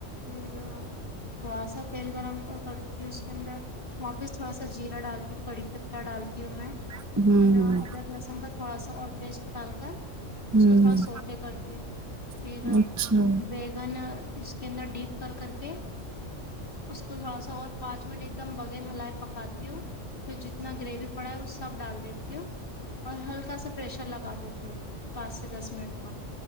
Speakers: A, on the left (about 45°); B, on the right (about 25°).
A: پھر تھوڑا سا تیل گرم کرتی ہے اس کے اندر واپس تھوڑا سا جیرا ڈالتی ہوں کڑی پترہ ڈالتی ہوں میں
B: ہوں
A: انا
B: ہوں
A: ادرک لہسن کا تھوڑا سا اور پیسٹ ڈال کر
B: ہوں
A: اس کو تھوڑا سوٹے کرتی ہو پھر
B: ہوں اچھا
A: بیگن اس کے اندر ڈیپ کر کر کے اس کو تھوڑا سا اور پانچ منٹ ایک دم بغیر ہلائے پکاتی ہوں پھر اتنا گریوی پڑا ہے وہ سب ڈال دیتی ہوں اور ہلکا سا پریشر لگا دیتی ہوں پانچ سے دس منٹ میں